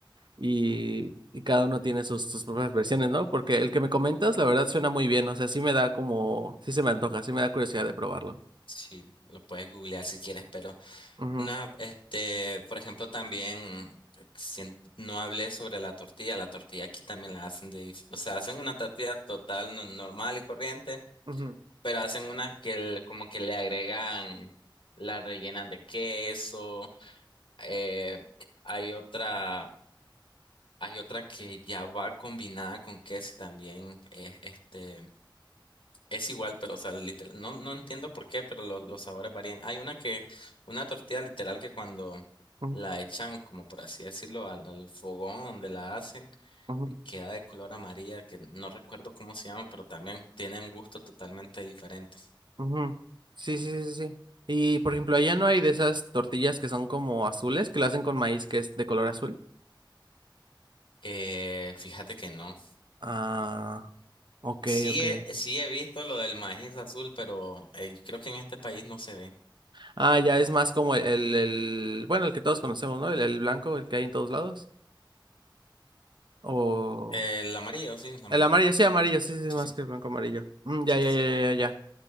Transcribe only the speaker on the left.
Sí, lo puedes googlear si quieres, pero
Una, este, por ejemplo, también sien- no hablé sobre la tortilla. La tortilla aquí también la hacen de, dif- o sea, hacen una tortilla total no- normal y corriente,
pero hacen una que le- como que le agregan, la rellenan de queso. eh, hay otra, hay otra que ya va combinada con queso y también es, este. Es igual, pero o sea, literal, no, no entiendo por qué, pero los, los sabores varían. Hay una que, una tortilla literal que cuando
la echan, como por así decirlo, al, al fogón donde la hacen,
eh, queda de color amarilla, que no recuerdo cómo se llama, pero también tiene un gusto totalmente diferente.
Eh, fíjate que no.
Sí
he, sí he visto lo del maíz azul, pero eh, creo que en este país no se ve.
El amarillo, sí, el amarillo.
Sí,
sí,
sí,
sí.